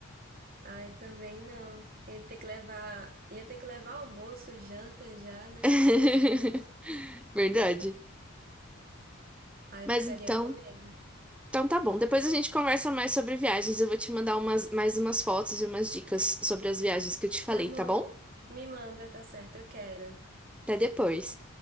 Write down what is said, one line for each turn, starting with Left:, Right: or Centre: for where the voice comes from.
Right: Ai, também não. Ia ter que levar, ia ter que levar almoço, janta já, né?
Centre: <laughs> Verdade.
Right: Aí
Centre: Mas
Right: eu ficaria
Centre: então,
Right: com medo.
Centre: então tá bom. Depois a gente conversa mais sobre viagens. Eu vou te mandar umas, mais umas fotos e umas dicas sobre as viagens que eu te falei,
Right: Tá bom.
Centre: tá bom?
Right: Me manda, tá certo, eu quero.
Centre: Até depois.